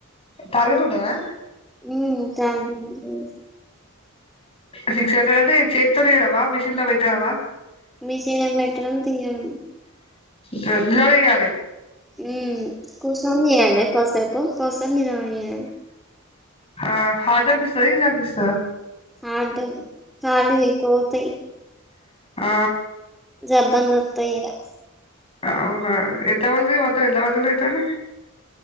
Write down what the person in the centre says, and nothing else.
ఉ <unintelligible>
మిషన్లో పెట్టడం తీయడం
ఊ కూసోన్ చేయాలి కాసేపు కొసేపు నిలబడి చేయాలి
కాళ్ళు కాళ్ళు వీకోగుతయి.
జబ్బల్ నొతయిగా